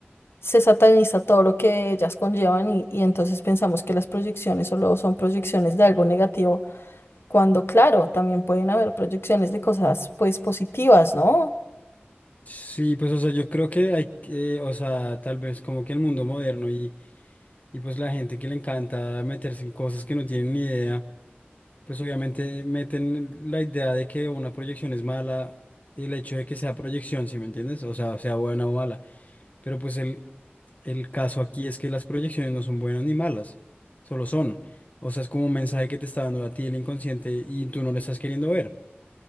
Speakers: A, on the left (about 80°); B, on the left (about 40°).
A: se sataniza todo lo que ellas conllevan y, y entonces pensamos que las proyecciones solo son proyecciones de algo negativo, cuando claro, también pueden haber proyecciones de cosas pues positivas, ¿no?
B: Sí, pues o sea, yo creo que hay que, o sea, tal vez como que el mundo moderno y, y pues la gente que le encanta meterse en cosas que no tienen ni idea, pues obviamente meten la idea de que una proyección es mala, el hecho de que sea proyección, ¿sí me entiendes? O sea, sea buena o mala. Pero pues el, el caso aquí es que las proyecciones no son buenas ni malas, solo son. O sea, es como un mensaje que te está dando a ti el inconsciente y tú no lo estás queriendo ver.